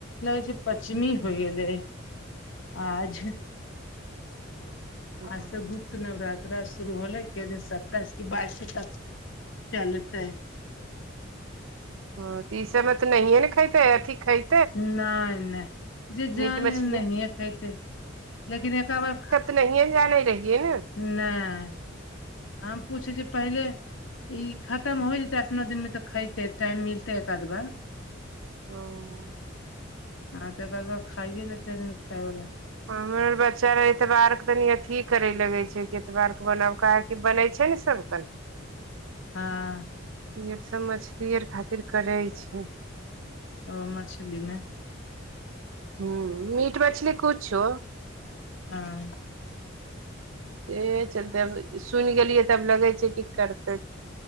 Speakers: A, on the left (about 70°); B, on the right (about 80°).
A: लगै छै पच्चिमी हो गेलै आज
B: हँ
A: आज सभ नवरात्रा शुरू होलै के दिन स्ताइस कऽ बारसे तक चलतै
B: ह तऽ ई सभ मे तऽ ने खा तै अथी खाइ
A: नहि नहि जे जान
B: मीट मछली
A: नहि खेते लेकिन एक बार
B: नहियए जाने रहियै न
A: नहि हम पूछै छी पहिले। ई खतम हो जते आठ न दिन मे तऽ खेते टाइम मिलते एक आध बार
B: औ
A: हँ तऽ कह खाइ लऽ तऽ खायइवला
B: हमरर बच्चा एतबार के तनी अथी करे लगे छै कि एतबार के बनाव कऽ कि बनै छै ने सभके
A: हँ
B: ई आर सभ मछली आर खातिर करै छै
A: ओ मछली न
B: हू मीट मछली कुछ छो
A: हँ
B: से चलते आब सुनि गेलियै तऽ लगै छै की करतै